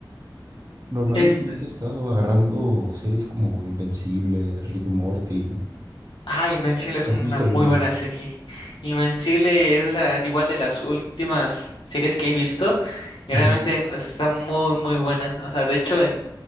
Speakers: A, on the right; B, on the left.
A: Normalmente
B: es
A: ahorita he estado agarrando series como Invencible, Rick and Morty.
B: Ah, Invencible es
A: ¿Has
B: una
A: visto
B: muy
A: alguna
B: buena
A: de esas?
B: serie. Invencible es la igual de las últimas series que he visto y
A: Ujú,
B: realmente o sea, está muy muy buena. O sea, de hecho en